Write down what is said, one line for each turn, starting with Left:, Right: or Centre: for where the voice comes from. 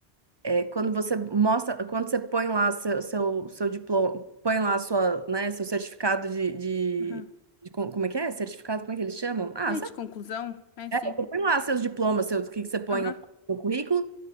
Right: é, quando você mostra, quando você põe lá seu, seu, seu diploma, põe lá sua, né, seu certificado de, de,
Left: uhum.
Right: de co- como é que é? Certificado, como é que eles chamam? Ah,
Left: É
Right: sabe?
Left: de conclusão? É,
Right: É,
Left: sim.
Right: você põe lá seus diplomas, seus, o que que você põe
Left: Aham,
Right: lá no currículo,